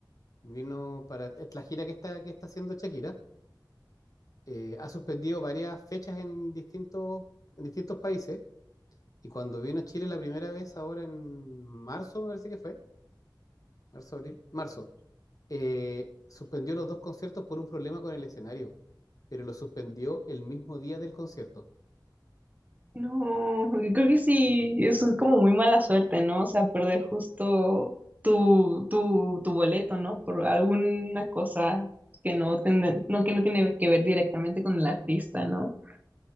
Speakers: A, on the left; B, on the right.
A: Vino para es la gira que está, que está haciendo Shakira. eh, ha suspendido varias fechas en distintos, en distintos países. Y cuando vino a Chile la primera vez, ahora en marzo, me parece que fue, marzo, abril, marzo, eh, suspendió los dos conciertos por un problema con el escenario, pero lo suspendió el mismo día del concierto.
B: No, y creo que sí, eso es como muy mala suerte, ¿no? O sea, perder justo tu, tu, tu boleto, ¿no? Por alguna cosa que no, ten- no, que no tiene que ver directamente con el artista, ¿no?